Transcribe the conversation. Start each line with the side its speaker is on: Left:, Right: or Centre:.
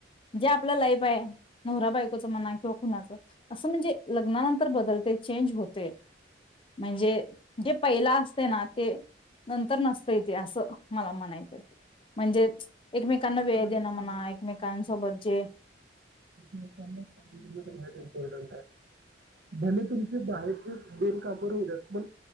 Left: जे आपलं लाईफ आहे नवरा बायकोच मना किंवा खुणाचं असं म्हणजे लग्नानंतर बदलते चेंज होते म्हणजे जे पहिला असते ना ते नंतर नसते इतिहास मला म्हणायच म्हणजे एकमेकांना
Right: आता
Left: वेळ
Right: लग्न
Left: देणं
Right: झालंय
Left: म्हणा
Right: समजा
Left: एकमेकांसोबत जे
Right: एकमेकांना देणं सगळ्यात आहे. भले तुमचे बाहेरचे बेनकामवर हो द्यात पण